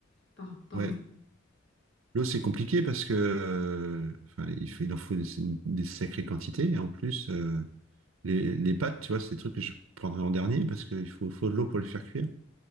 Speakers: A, on the left; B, on the right.
A: par, par
B: Ouais.
A: jour.
B: L'eau, c'est compliqué parce que, euh, enfin, il faut- il en faut des, des sacrées quantités. Et en plus, euh, les, les pâtes, tu vois, c'est des trucs que je prendrais en dernier parce qu'il faut, faut de l'eau pour les faire cuire.